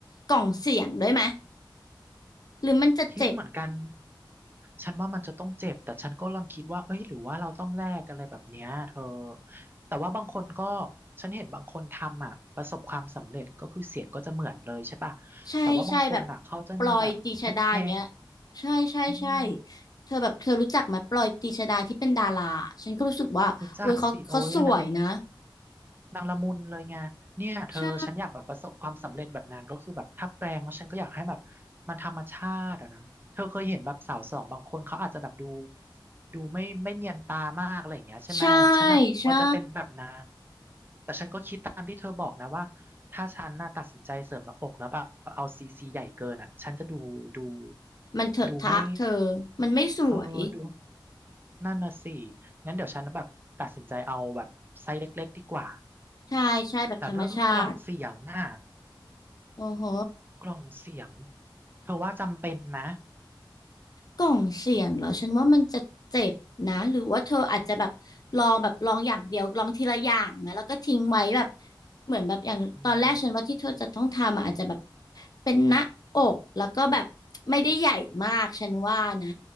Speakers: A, on the left (about 50°); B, on the right (about 25°).
A: กล่องเสียงด้วยไหม หรือมันจะเจ็บ
B: คิดเหมือนกัน ฉันว่ามันจะต้องเจ็บ แต่ฉันก็กำลังคิดว่าเอ้ยหรือว่าเราต้องแลกอะไรแบบเนี้ยเธอแต่ว่าบางคนก็ฉันเห็นบางคนทำอ่ะประสบความสำเร็จก็คือเสียงก็จะเหมือนเลยใช่ป่ะ
A: ใช่ใช่แบบ
B: แต่ว่าบางคนอ่ะเขาจะมีแบบแฮปแฮ
A: ปลอยตีชดาอย่างเงี้ยใช่ใช่ใช่
B: อืม
A: เธอแบบเธอรู้จักไหมปลอยตีชดาที่เป็นดาราฉันก็รู้สึกว่าโอ้ยเขาเขาสวยนะ
B: รู้จักสิโอ้ยอันนั้น นางละมุนเลยไงเนี่ยเธอฉันอยากแบบประสบความสำเร็จแบบนางก็คือแบบถ้าแปลงแล้วฉันก็อยากให้แบบมันธรรมชาติอะนะเธอเคยเห็นแบบสาวสองบางคนเขาอาจจะแบบดู
A: ใช่
B: ดูไม่ไม่เนียนตามากอะไรอย่างเงี้ยใช่ไหมฉันอะกลัวจะเป็นแบบนั้น
A: ใช่ใช่
B: แต่ฉันก็คิดตามที่เธอบอกนะว่าถ้าฉันน่ะตัดสินใจเสริมหน้าอกแล้วแบบเอาซีซีใหญ่เกินอะฉันจะดูดู
A: มันเถอะทะเธอ
B: ดูไม่
A: มันไม่สวย
B: เออดู นั่นน่ะสิ งั้นเดี๋ยวฉันแบบตัดสินใจเอาแบบไซส์เล็กๆดีกว่า
A: ใช่ใช่แบบธรรมชาติ
B: แต่เรื่องกล่องเสียงอ่ะ
A: โอ้โห
B: กล่องเสียง เธอว่าจำเป็นไหม
A: กล่องเสียงเหรอฉันว่ามันจะเจ็บนะหรือว่าเธออาจจะแบบลองแบบลองอย่างเดียวลองทีละอย่างไหมแล้วก็ทิ้งไว้แบบเหมือนแบบอย่างตอนแรกฉันว่าที่เธอจะต้องทำอะอาจจะแบบ
B: อืม
A: เป็นหน้าอกแล้วก็แบบไม่ได้ใหญ่มากฉันว่านะ